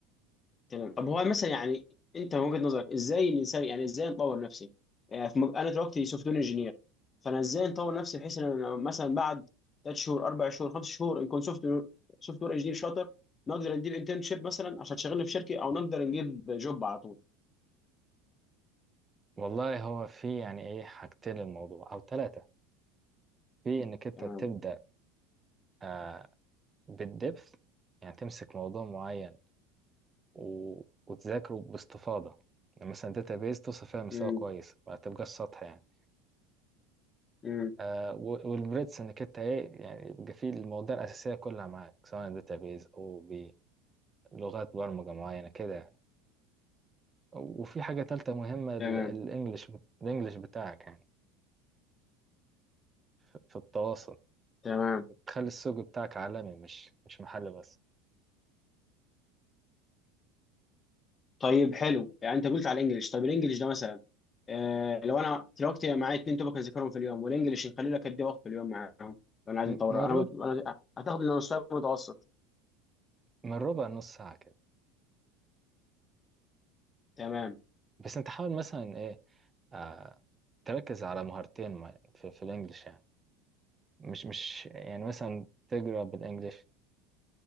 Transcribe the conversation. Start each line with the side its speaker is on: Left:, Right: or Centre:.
Left: تمام طب هو مثلا يعني انت من وجهة نظرك ازاي الانسان يعني ازاي نطور نفسي يعني في مج... انا دلوقتي سوفت وير انجينير فانا ازاي نطور نفسي بحيث ان انا مثلا بعد ثلاث شهور اربع شهور خمس شهور نكون سوفت وير سوفت وير انجينير شاطر نقدر نجيب انترنشيب مثلا عشان تشغلني في شركه او نقدر نجيب جوب على طول
Right: والله هو في يعني ايه حاجتين للموضوع او ثلاثة في انك انت
Left: تمام
Right: تبدأ آه بالدبث يعني تمسك موضوع معين و... وتذاكره باستفاضة يعني مثلا بيز توصل فيها مستوى
Left: امم
Right: كويس ما تبقاش سطح يعني
Left: امم
Right: آه و- والبريدس انك انت ايه يعني يبقى فيه المواضيع الأساسية كلها معاك سواء بيز أو بلغات برمجة معينة كده يعني وفي حاجة تالتة مهمة ال-
Left: تمام
Right: الإنجليش الإنجليش بتاعك يعني في في التواصل
Left: تمام
Right: تخلي السوق بتاعك عالمي مش مش محلي بس
Left: طيب حلو يعني انت قلت على الانجليش طيب الانجليش ده مثلا آه لو انا دلوقتي معايا اتنين توبك اذاكرهم في اليوم والانجليش نخلي لك قد ايه وقت في اليوم معاهم لو انا عايز
Right: م-
Left: اطور
Right: من ربع
Left: انا انا هتاخد لنا مستوى متوسط
Right: من ربع نص ساعة كده
Left: تمام
Right: بس انت حاول مثلا ايه آه تركز على مهارتين ما- في, في الإنجليش يعني مش مش يعني مثلا تقرا بالانجلش